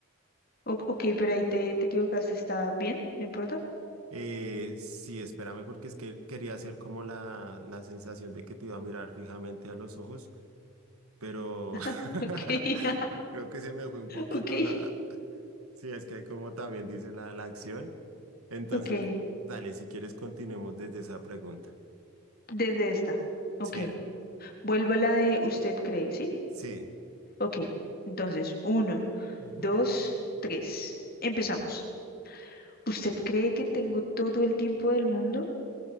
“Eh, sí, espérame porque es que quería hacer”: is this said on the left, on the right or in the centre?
Right